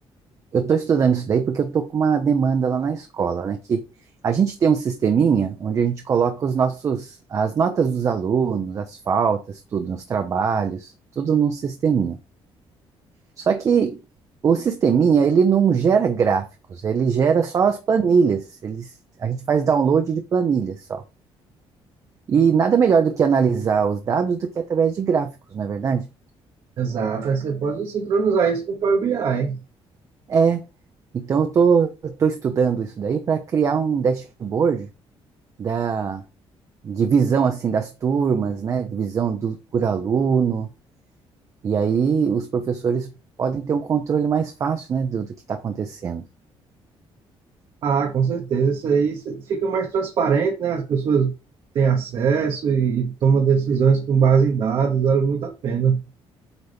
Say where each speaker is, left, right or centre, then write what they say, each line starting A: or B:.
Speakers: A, on the right; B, on the right.
A: Eu estou estudando isso daí porque eu estou com uma demanda lá na escola, né? Que a gente tem um sisteminha onde a gente coloca os nossos, as notas dos alunos, as faltas, tudo, os trabalhos, tudo num sisteminha. Só que o sisteminha, ele não gera gráficos, ele gera só as planilhas. Eles, a gente faz download de planilhas só. E nada melhor do que analisar os dados do que através de gráficos, não é verdade?
B: Exato, aí você pode sincronizar isso com o Power BI.
A: É. Então eu tô, eu tô estudando isso daí para criar um dashboard da divisão assim das turmas, né? Divisão do, por aluno. E aí os professores podem ter um controle mais fácil, né, do, do que está acontecendo.
B: Ah, com certeza. Isso aí se- fica mais transparente, né? As pessoas têm acesso e, e tomam decisões com base em dados, vale muito a pena.